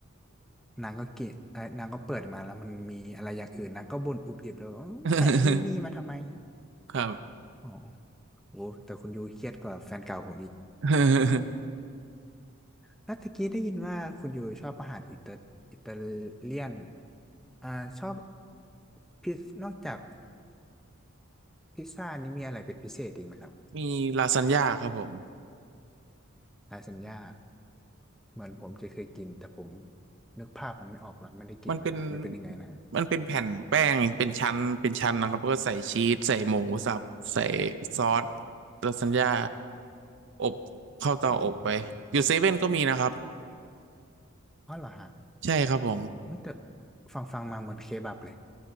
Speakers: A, in the centre; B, on the right.
A: นางก็กินเอ้ยนางก็เปิดมาแล้วมันมีอะไรอย่างอื่นนางก็บ่นอุบอิบแล้วาใส่นู่นนี่มาทำไม
B: <laughs> ครับ
A: อ๋อโอ้แต่คุณยูเครียดกว่าแฟนเก่าผมอีก
B: <laughs>
A: แล้วตะกี้ได้ยินว่าคุณอยู่ชอบอาหารอิตาอิตาเลียน อ่าชอบพิซนอกจากพิซซ่านี้มีอะไรเป็นพิเศษอีกไหมครับ
B: มีลาซานญ่าครับผม
A: ลาซานญ่าเหมือนผมจะเคยกินแต่ผมนึกภาพมันไม่ออกแล้วไม่ได้กินมานานมันเป็นยังไงนะฮะ
B: มันเป็นมันเป็นแผ่นแป้งเป็นชั้นเป็นชั้นนะครับแล้วก็ใส่ชีสใส่หมูสับใส่ซอสลาซานญ่าอบเข้าเตาอบไปอยู่เซเว่นก็มีนะครับ
A: อืมอ๋อเหรอฮะ
B: ใช่ครับผม
A: โอ้ยแต่ฟังฟังมาเหมือนเคบับเลย